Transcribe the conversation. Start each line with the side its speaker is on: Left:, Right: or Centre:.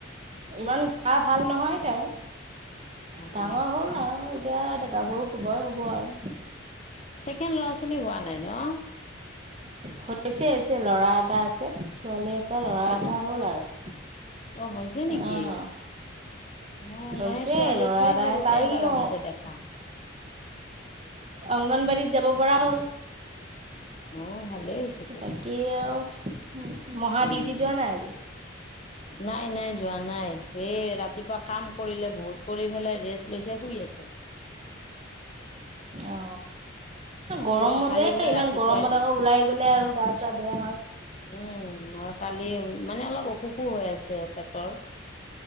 Right: ইমান গা ভাল নহয় তাই
Left: অ'।
Right: ডাঙৰ হ'ল আৰু এতিয়া গাভৰু হবই হব আৰু
Left: ছেকেণ্ড ল'ৰা ছোৱালী হোৱা নাই ন
Right: হৈছে হৈছে ল'ৰা এটা আছে ছোৱালী এটা ল'ৰা
Left: হয়
Right: এটা হ'ল আৰু
Left: অ হৈছে নেকি
Right: অ
Left: অ
Right: হৈছে
Left: মই ছোৱালীটোৱে
Right: ল'ৰা এটাই
Left: সৰুোতে
Right: তাৰ
Left: এবাৰ
Right: ই অ
Left: আহোতে দেখা
Right: অংগনবাডীত যাব পৰা হ'ল।
Left: উম <unintelligible> তে,
Right: বাকী আৰু মহা
Left: উম।
Right: ডিউটি যোৱা নাই আজি
Left: নাই নাই যোৱা নাই এই ৰাতিপুৱা কাম কৰিলে বহুত কৰি পেলাই ৰেষ্ট লৈছে শুই আছে
Right: অ
Left: শুই
Right: গৰমো
Left: আছে কালি
Right: যে
Left: বোলে
Right: ইমান
Left: ৰাতিপুৱাই
Right: গৰমত
Left: যাব
Right: আকৌ ওলাই গ'লে আৰু গা চা বেয়া হয়
Left: উম কালি মানে অলপ অসুখো হৈ আছে পেটৰ